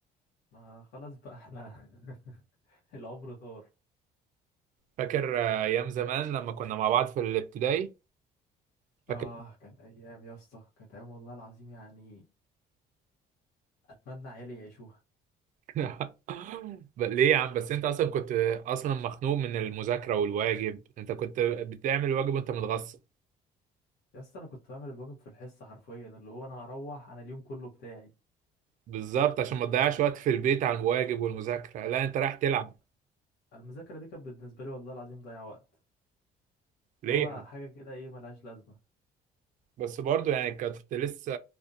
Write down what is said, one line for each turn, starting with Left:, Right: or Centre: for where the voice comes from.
Left: ما خلاص بقى احنا <laughs> العمر طار
Right: فاكر آه، أيام زمان لما كنا مع بعض في الابتدائي فاكر
Left: اه كانت ايام يا اسطى كانت ايام والله العظيم يعني اتمنى عيالي يعيشوها
Right: <laughs> ب- ليه يا عم بس أنت أصلا كنت أصلا مخنوق من المذاكرة والواجب أنت كنت بتعمل واجب وأنت متغصب
Left: يا اسطى انا كنت بعمل الواجب في الحصه حرفيا اللي هو انا هروح انا اليوم كله بتاعي
Right: بالظبط عشان ما تضيعش وقت في البيت على الواجب والمذاكرة لا أنت رايح تلعب
Left: على- المذاكره دي كانت بالنسبه لي والله العظيم ضيع وقت
Right: ليه
Left: اللي هو حاجه كده ايه ملهاش لازمه
Right: بس برضو يعني كنت لسه